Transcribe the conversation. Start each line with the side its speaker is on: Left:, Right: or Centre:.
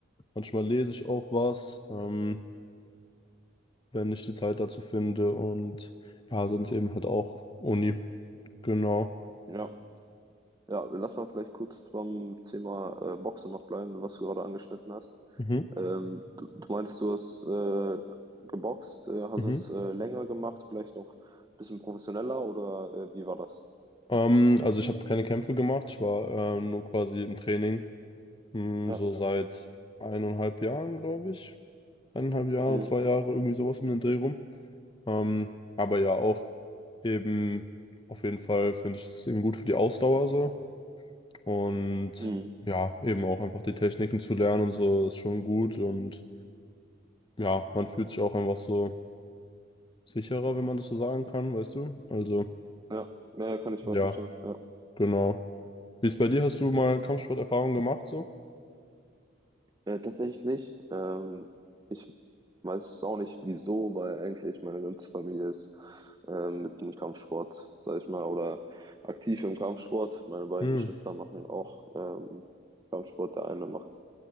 Left: Manchmal lese ich auch was, ähm, wenn ich die Zeit dazu finde. Und ja, sonst eben halt auch Uni. Genau.
Right: ja. Ja, lass mal vielleicht kurz beim Thema äh, Boxen noch bleiben, was du gerade angeschnitten hast.
Left: Mhm.
Right: Ähm, du, du meintest, du hast äh, geboxt, äh, hast
Left: Mhm.
Right: es äh, länger gemacht, vielleicht noch ein bisschen professioneller oder äh, wie war das?
Left: Ähm, also ich habe keine Kämpfe gemacht, ich war äh, nur quasi im Training. Hm,
Right: Ja.
Left: so Ja. seit eineinhalb Jahren, glaube ich. Eineinhalb Jahre,
Right: Mhm.
Left: zwei Jahre, irgendwie sowas um den Dreh rum. Ähm, aber ja, auch eben, auf jeden Fall finde ich es eben gut für die Ausdauer so. Und
Right: Mhm.
Left: ja, eben auch einfach die Techniken zu lernen und so ist schon gut. Und ja, man fühlt sich auch einfach so sicherer, wenn man das so sagen kann, weißt du? Also,
Right: Ja, naja, kann ich
Left: ja,
Right: voll verstehen. Ja.
Left: genau. Wie ist bei dir? Hast du mal Kampfsporterfahrung gemacht so?
Right: Äh, tatsächlich nicht. Ähm, ich weiß es auch nicht, wieso, weil eigentlich meine ganze Familie ist äh, mit dem Kampfsport, sag ich mal, oder aktiv im Kampfsport. Meine beiden
Left: Hm.
Right: Geschwister machen auch ähm, Kampfsport. Der eine macht